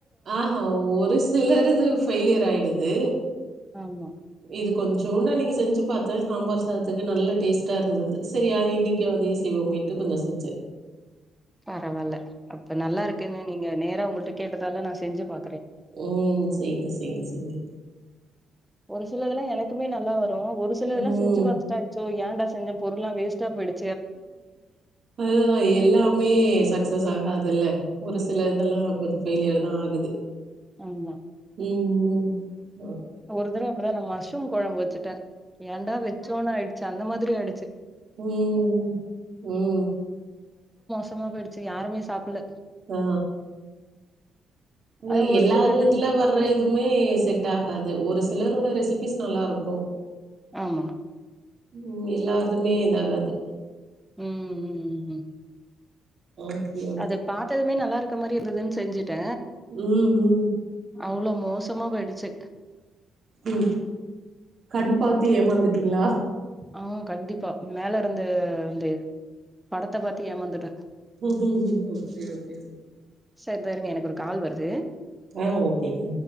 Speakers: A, on the right; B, in the centre.
A: ஆஹா ஒரு சிலர் இது பையிலியர் ஆயிடுது
B: ஆமா
A: இது கொஞ்சோண்டா அன்னைக்கு செஞ்சிப் பாத்த சாம்பார் சாதத்துக்கு நல்ல டேஸ்ட்டா இருந்தது சரியா இன்னைகே அதையே செய்வோமேன்டு கொஞ்ச செஞ்ச
B: பரவால்ல அப்ப நல்லா இருக்கன்னு நீங்க நேரா உங்கள்ட்ட கேட்டதால நா ஸ் டெஞ்சிபா
A: உம் செய்ங்க செய்ங்க செய்ங்க
B: ஒரு சிலதெல்லா எனக்குமே நல்லா வரு ரோ ஒருசிலதுல்லா
A: ம்
B: செஞ்சி பாத்டாய் ஆக்சோய் ஏண்டா செஞ்சோ பொருள்ளா வேஸ்டா போயிடு
A: அதா எல்லாமே சக்சஸ் ஆகா துல்ல ஒரு சில இதெல்லா கொஞ்ச ஃபெயிலியர் நா ஆகுது
B: ஆம்மா
A: ம் உ
B: ஒரு தட அப்டிதா நா மஷ்ரும் கொழம்பு வச்சுட்ட ஏன்டா வச்சோனா ஆயிடு சந்த மாதிரி ஆயிடுச்சி
A: நியூ நியூ
B: தம்மா போயிடுச்சி யாருமே சாப்பல்ல
A: அ
B: ஆனா
A: ஆ
B: ஒரு
A: எல்லா
B: சில
A: இதுல வர்ற இதுவுமே செட்டாகாது த ஒரு சிலரோட ரெசிபிஸ் நல்லாருக்கு
B: ஆமா
A: உம் எல்லார்துமே இதாகாது
B: ம் ம் ம்
A: ஓகே ஓகே
B: அது பாத்ததுமே நல்லாருக் இருக்க மாறி இருந்ததேன் செஞ்சே ட
A: ம் ம்
B: அவ்ளோ மோசமா போயிடுச்சு
A: உம் கண் பாத்து ஏமாந்துடீங்ளா
B: ஆவ் கண்டிப்பா மேல இருந்து வந்து படத்த பாத்து ஏமாந்துட்ட
A: ஓகே ஓகே ஓகே
B: சரி தா இருங்க எனக்கு ஒரு கால் வருது
A: ஆ ஓகேங்க